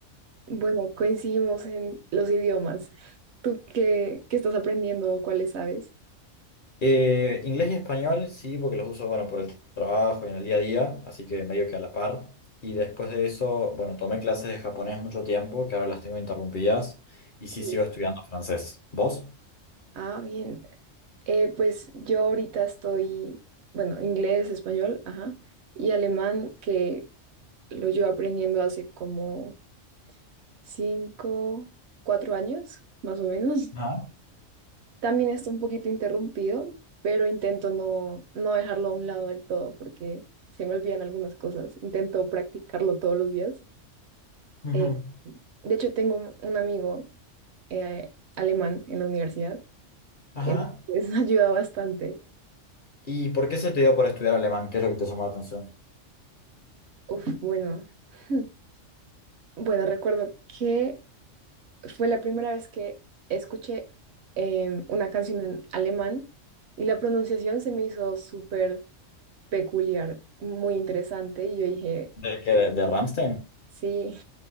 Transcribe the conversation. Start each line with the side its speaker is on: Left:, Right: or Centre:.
Right: bueno, coincidimos en los idiomas. ¿Tú qué, qué estás aprendiendo o cuáles sabes?
Left: Eh, inglés y español, sí, porque los uso, bueno, por el trabajo y en el día a día, así que medio que a la par. Y después de eso, bueno, tomé clases de japonés mucho tiempo, que ahora las tengo interrumpidas, y
Right: sí,
Left: sí sigo estudiando francés. ¿Vos?
Right: Ah, bien. Eh, pues yo ahorita estoy, bueno, inglés, español, ajá, y alemán, que lo llevo aprendiendo hace como cinco, cuatro años, más o menos. <laughs>
Left: Ajá.
Right: También está un poquito interrumpido, pero intento no, no dejarlo a un lado del todo porque se me olvidan algunas cosas. Intento practicarlo todos los días.
Left: Ujú.
Right: Eh, de hecho, tengo un, un amigo eh, alemán en la universidad,
Left: Ajá.
Right: entonces <laughs> ayuda bastante.
Left: ¿Y por qué se te dio por estudiar alemán? ¿Qué es lo que te llamó la atención?
Right: Uf, bueno, <laughs> bueno, recuerdo que fue la primera vez que escuché em, una canción en alemán y la pronunciación se me hizo súper peculiar, muy interesante y yo dije,
Left: ¿De qué? ¿De, de Rammstein?
Right: sí,